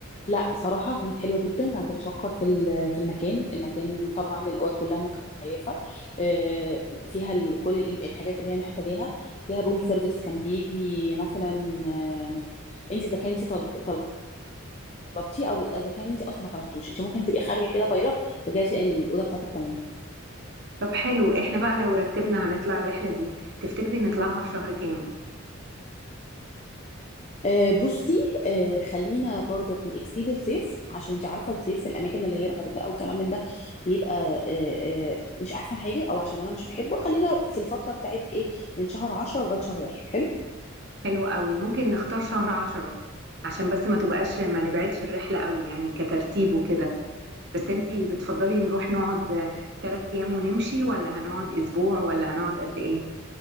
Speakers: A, on the left; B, on the right.
A: لا صراحة كانت حلوة جدا كان بتشكر في ال- في المكان المكان طبعا الأوض كلها مكيفة آه، فيها ال- كل الإم- الحاجات اللي هي محتاجاها فيها الروم سيرفيس كان بيجي مثلا آمم، انت اذا كنت طلب طلبتيه او اذا كان انت اصلا ما طلبتوش انت ممكن تبقي خارجة كده بايلك ترجعي تلاقي الأوضة بتاعتك تمام
B: طب حلو احنا بقى لو رتبنا هنطلع الرحلة دي تفتكري نطلعها في شهر كام
A: آه، بصي آه، خلينا برضك نكسيد الصيف عشان انت عارفه الصيف في الاماكن اللي هي الغردقه والكلام من ده بيبقى آه، آه، مش احسن حاجه او عشان انا مش بحبه خلينا في الفتره بتاعت ايه من شهر 10 لغايه شهر واحد حلو
B: حلو قوي ممكن نختار شهر عشرة عشان بس ما تبقاش ما نبعدش الرحلة قوي يعني كترتيب وكده بس انتي بتفضلي نروح نقعد آه، تلات ايام ونمشي ولا هنقعد اسبوع ولا هنقعد قد ايه